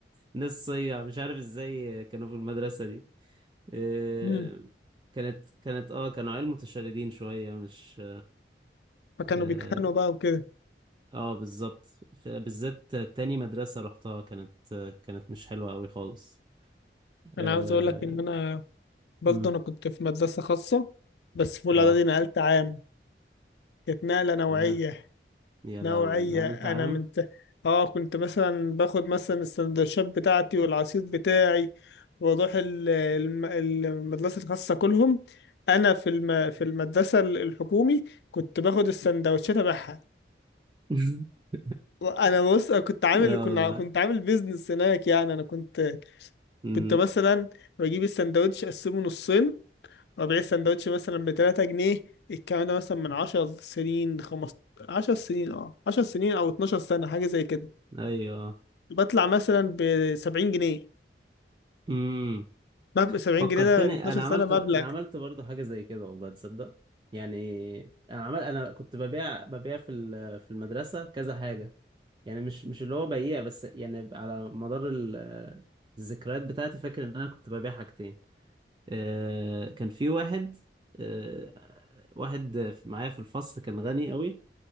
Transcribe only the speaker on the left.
امم
فكانوا
بيتخانقوا بقى وكده
انا عاوز اقول لك ان انا برضه
انا كنت في مدرسة خاصة بس في الاعدادي
نقلت عام كانت نقلة نوعية
نوعية
انا
من ت... اه كنت مثلا باخد مثلا السندوتشات بتاعتي والعصير بتاعي واروح ال- الم- المدرسة الخاصة كلهم انا في الم... في المدرسة الحكومي كنت باخد السندوتشات ابيعها
انا بص أنا كنت عامل
كنا
كنت عامل بيزنس هناك يعني انا كنت
كنت مثلا بجيب السندوتش اقسمه نصين وابيع السندوتش مثلا ب 3 جنيه الكلام ده مثلا من 10 سنين 15 10 سنين اه 10 سنين او 12 سنة حاجة زي كده
بطلع مثلا ب 70 جنيه
مبلغ 70
جنيه ده من 12
سنة
مبلغ